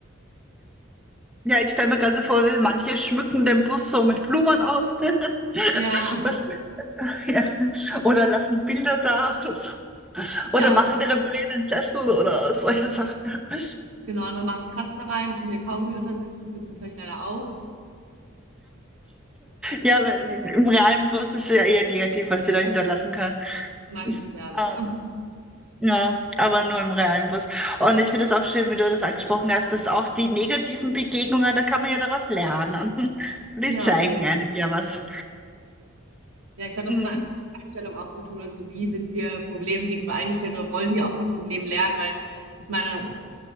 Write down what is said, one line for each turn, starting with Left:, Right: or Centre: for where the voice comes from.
Centre: Ja, ich stelle mir gerade so vor, wie manche schmücken den Bus so mit Blumen aus. <laughs>
Right: Ja,
Centre: Was, ja. Oder lassen Bilder da oder so.
Right: ja,
Centre: Oder machen, reparieren den Sessel oder solche Sachen. <laughs>
Right: genau. Andere machen Kratzer rein, tun ihr Kaugummi unter den Sitz, das gibt's natürlich leider auch.
Centre: Ja, aber im realen Bus ist es ja eher negativ, was die da hinterlassen kann.
Right: Meistens
Centre: Ist-
Right: ja, leider.
Centre: ah, Ja, aber nur im realen Bus. Und ich finde das auch schön, wie du das angesprochen hast, dass auch die negativen Begegnungen, da kann man ja daraus lernen. <laughs> Und die
Right: Ja,
Centre: zeigen einem ja was.
Right: ja, ich glaube, das
Centre: Mhm.
Right: hat dann einfach mit Einstellung auch zu tun. Also wie sind wir Problemen gegenüber eingestellt oder wollen wir auch von Problemen lernen? Weil ich meine,